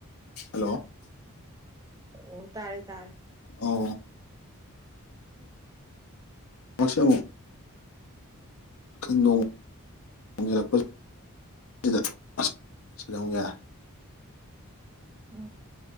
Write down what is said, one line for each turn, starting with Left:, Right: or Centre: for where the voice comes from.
Left: ꯍꯜꯂꯣ
Right: ꯑꯣ ꯇꯥꯔꯦ ꯇꯥꯔꯦ
Left: ꯑꯣ ꯑꯣꯁ ꯑꯃꯨ <unintelligible> <unintelligible>
Right: ꯎꯝ